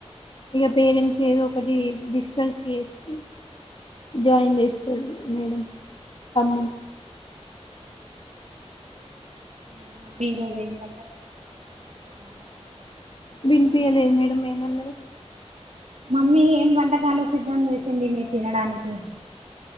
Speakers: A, on the left (about 50°); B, on the right (about 80°).
A: ఇక పేరెంట్స్ ఏదో ఒకటి డిస్కస్ చేసి జాయిన్ చేస్తాడు మేడం త
B: ఆ మరి మమ్మి ఈ రోజు ఏం వంట చేసింది తినడానికి
A: వినిపియలేదు మేడం ఏమన్నారు
B: మమ్మీ ఏం వంటకాలు సిద్ధం చేసింది మీ తినడానికి